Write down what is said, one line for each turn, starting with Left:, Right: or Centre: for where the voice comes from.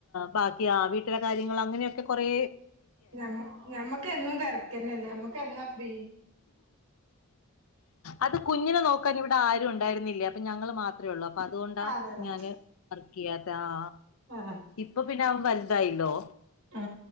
Left: ബാക്കിയ വീട്ടിലെ കാര്യങ്ങള് അങ്ങനെയൊക്കെ കൊറെ
Right: ഞമ്മ ഞമ്മക്ക് എന്നും തെരക്കനല്ലേ ഞമ്മക്ക് എന്നാ ഫ്രീ
Left: അത് കുഞ്ഞിനെ നോക്കാൻ ഇവിടെ ആരും ഒണ്ടായി ന്നില്ല അപ്പൊ ഞങ്ങള് മാത്രേ ഒള്ളൂ അപ്പൊ അതുകൊണ്ടാ
Right: അതെതെ
Left: ഞാന് വർക്ക് ചെയ്യാത്ത ആ
Right: ആ
Left: ഇപ്പൊ പിന്നെ അവൻ വലുതായില്ലോ
Right: ആ